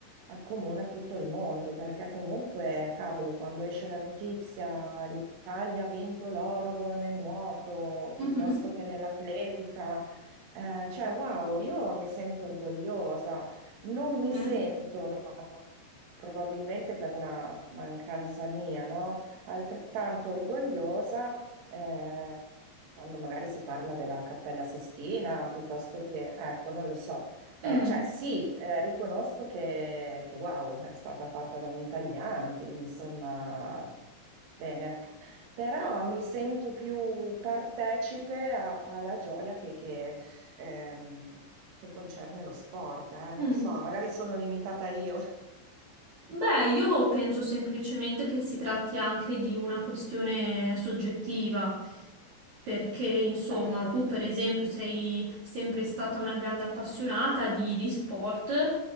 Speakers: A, on the right; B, on the right.
A: accomuna tutto il mondo, perché comunque, cavolo, quando esce la notizia, l'Italia ha vinto l'oro nel nuoto,
B: Mhm,
A: piuttosto che nell'atletica, eh, cioè, wow, io mi sento orgogliosa, non mi
B: mhm,
A: sento, ma probabilmente per una mancanza mia, no? Altrettanto orgogliosa eh, quando magari si parla della Cappella Sistina, piuttosto che, ecco, non lo so. Eh,
B: mm,
A: cioè sì, eh, riconosco che, che wow, è stata fatta da un italiano, quindi insomma, bene però mi sento più partecipe a- alla gioia che, che, ehm, che concerne lo sport, eh, non
B: mm.
A: so, magari sono limitata io.
B: Beh, io penso semplicemente che si tratti anche di una questione soggettiva, perché insomma
A: Certo,
B: tu per esempio sei sempre stata una grande appassionata di, di sport